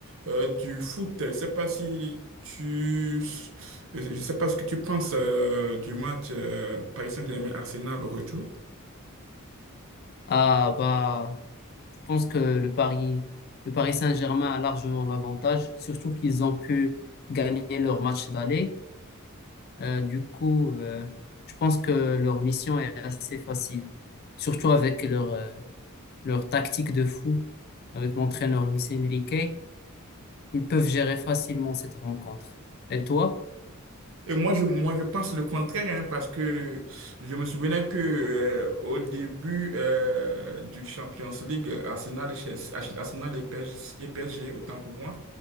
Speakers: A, on the right (about 65°); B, on the left (about 45°).
A: euh, du foot, je sais pas si tu, je sais pas ce que tu penses euh, du match euh, Paris Saint-Germain-Arsenal au retour.
B: Ah bah, je pense que le Paris, le Paris Saint-Germain a largement l'avantage, surtout qu'ils ont pu gagner leur match d'aller. Euh, du coup, euh, je pense que leur mission est assez facile, surtout avec leur, euh, leur tactique de fou, avec l'entraîneur Luis Enrique. Ils peuvent gérer facilement cette rencontre. Et toi?
A: Et moi, je, moi, je pense le contraire, hein, parce que je me souvenais que euh, au début euh, du Champions League, Arsenal et, Chelsea- Arsenal et PSG, et PSG, autant pour moi,